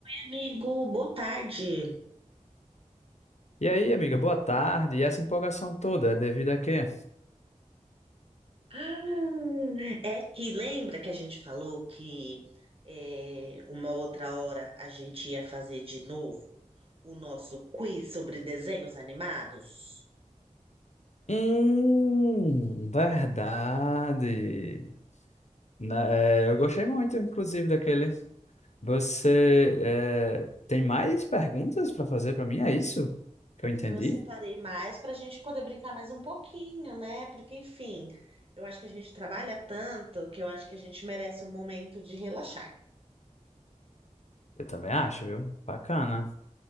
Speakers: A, on the right; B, on the left.
A: Amigo, boa tarde.
B: E aí, amiga, boa tarde. E essa empolgação toda é devido a quê?
A: Ah, É que lembra que a gente falou que é, uma outra hora a gente ia fazer de novo o nosso quiz sobre desenhos animados?
B: Hum, verdade. Na-
A: Então,
B: é, eu gostei muito, inclusive, daquele. Você é, tem mais perguntas para fazer para mim? É isso que eu entendi?
A: eu separei mais para a gente poder brincar mais um pouquinho, né? Porque, enfim, eu acho que a gente trabalha tanto que eu acho que a gente merece um momento de relaxar.
B: Eu também acho, viu? Bacana.